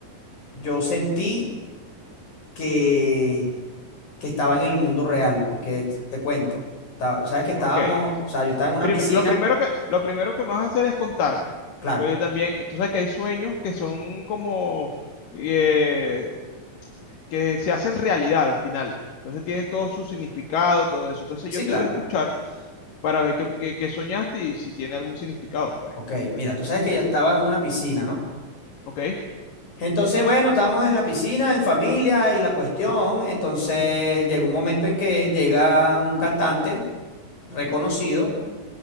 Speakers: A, on the left; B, on the left.
A: yo sentí que, que estaba en el mundo real, porque t- te cuento, ta- sabes que estábamos,
B: Ok. sí.
A: o sea, yo estaba en una
B: Prime-
A: piscina,
B: lo primero que, lo primero que me vas a hacer es contarme.
A: claro,
B: Porque también, tú sabes que hay sueños que son como, eh, que se hacen realidad al final. Entonces tienen todo su significado, todo eso. Entonces
A: sí,
B: yo te
A: claro,
B: voy a escuchar para ver qué, qué- qué soñaste y si tiene algún significado, pues.
A: ok, mira, tú sabes que yo estaba en una piscina, ¿no?
B: Ok.
A: Entonces, bueno, estábamos en la piscina, en familia y la cuestión. Entonces llegó un momento en que llega un cantante reconocido,